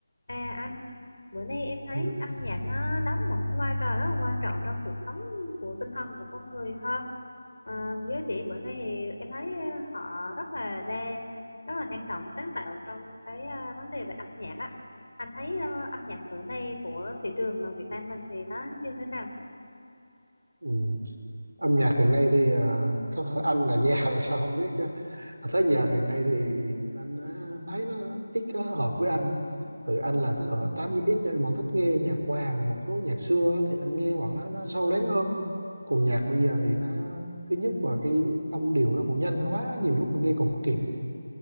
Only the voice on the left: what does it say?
À anh, bữa nay em thấy
âm nhạc nó đóng một cái vai trò rất là quan trọng trong cuộc sống của tinh thần của con người ha. À, giới trẻ bữa nay thì em thấy ờ, họ rất là đang rất là năng động sáng tạo trong cái ờ, vấn đề về âm nhạc á. Anh thấy ờ, âm nhạc bữa nay của thị trường ờ, Việt Nam mình thì nó như thế nào?